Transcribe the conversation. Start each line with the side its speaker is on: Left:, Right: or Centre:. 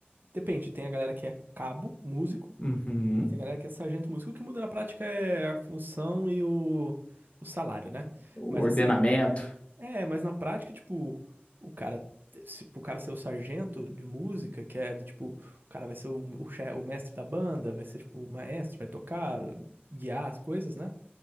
Right: Depende, tem a galera que é cabo, músico,
Left: Uhum.
Right: e tem a galera que é sargento músico. O que muda na prática é a função e o, o salário, né?
Left: o
Right: Mas
Left: ordenamento.
Right: assim. É, mas na prática, tipo, o cara, se, pro cara ser o sargento de música, que é do tipo, o cara vai ser o, o, che- o mestre da banda, vai ser tipo o maestro, vai tocar, guiar as coisas, né?